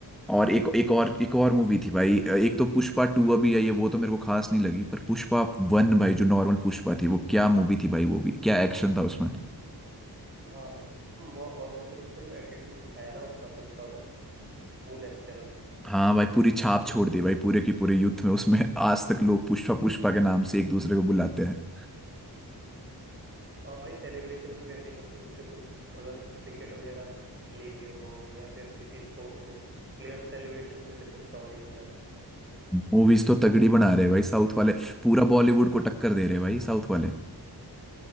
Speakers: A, in the centre; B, on the right (about 30°).
A: और एक एक और एक और मूवी थी भाई एक तो पुष्पा टू अभी आई है वो तो मेरे को खास नहीं लगी पर पुष्पा वन भाई जो नॉर्मल पुष्पा थी वो क्या मूवी थी भाई वो भी क्या एक्शन था उसमें
B: हाँ म- और मतलब उसमें जो एटीट्यूड दिखाया है ना उसका पुष्पा का वो नेक्स्ट लेवल था
A: हाँ भाई पूरी छाप छोड़ दी भाई पूरे की पूरे यूथ में उसमें आज तक लोग पुष्पा पुष्पा के नाम से एक दूसरे को बुलाते हैं
B: और भाई सेलिब्रेशन भी वैसे ही करते हैं जैसे कुछ अगर विकेट वगैरह ले ली हो या फिर किसी स्पोर्ट्स में प्लेयर सेलिब्रेशन भी वैसे पुष्पा वाली करते हैं आजकल
A: मूवीज तो तगड़ी बना रहे हैं भाई साउथ वाले पूरा बॉलीवुड को टक्कर दे रहे हैं भाई साउथ वाले